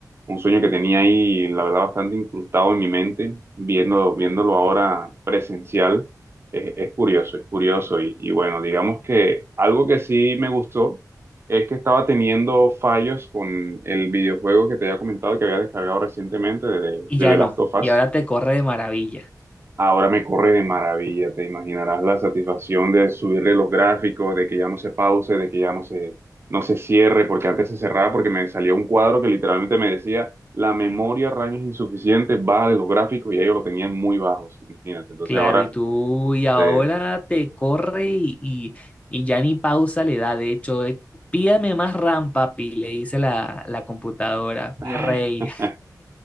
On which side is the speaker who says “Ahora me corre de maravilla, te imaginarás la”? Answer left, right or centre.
Right